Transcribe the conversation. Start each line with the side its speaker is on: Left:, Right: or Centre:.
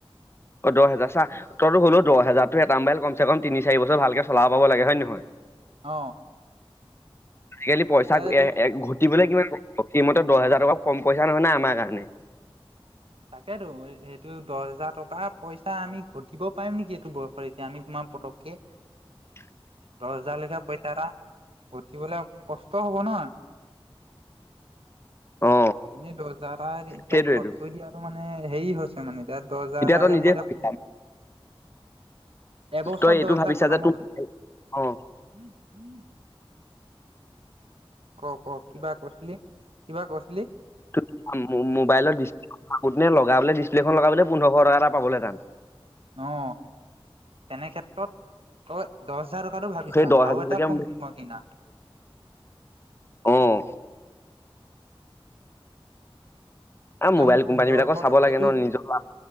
Left: অ দহ হাজজাৰ চ তো হ'লো দহ হেজাৰতটো এটা মো্বাইল কমে কম তিনি চাৰি বছৰ ভালকে চলাব পাব লাগে হয় নে নহয়
Right: অ
Left: আজিকালি পইচা
Right: এতিয়া এইটো
Left: ঘটিবলৈ কিমান সিমতে দহ হাজাৰ টকা কম পইচা নহয় নাই আমাৰ কাৰণে
Right: তাকেতো এইটো দহ হোজাৰ টকা পইচা আমি ঘটিব পাৰিম নেকি এইটো বয়সত এতিয়া আমি- পটককে
Left: হয়।
Right: দহ হোজাৰ লেখা পইচা এটা ঘটিবলৈ কষ্ট হব ন
Left: অ
Right: এনেই দজাৰ এতিয়া
Left: সেইটোৱেইটো
Right: খচ মানে হেৰি হৈছে মানে এতিয়া দহ হাজাৰট
Left: তই নিজে
Right: মই এতিয়া
Left: ভাবিছা
Right: ফোন এবছৰত
Left: তই এইটো
Right: দহ হাজাৰ
Left: ভাবিছা
Right: খতম
Left: যে তোৰ
Right: হৈ গৈছে
Left: অ
Right: ক ক কিবা কৈছিলি কিবা কৈছিলি।
Left: তো। মোবাইলত ডিছপ্লে খন লগাবলে ডিছপ্লেখন লগাবলৈ পোন্ধৰশ টকা এটা পাবলেতান।
Right: অ তেনে ক্ষেত্ৰত। অ দহ হাজাৰ টকাটো ভাবিছা
Left: সেই দহ হাজাৰলৈকে
Right: আৰু এটা ফোন মই কিনা।
Left: অহ। আ
Right: এতিয়া
Left: মোবাইল
Right: মোৰ পোন্ধৰশ
Left: কোম্পানী বিলাকো চাব
Right: টকা
Left: লাগে
Right: এইটো
Left: ন নিজৰ লা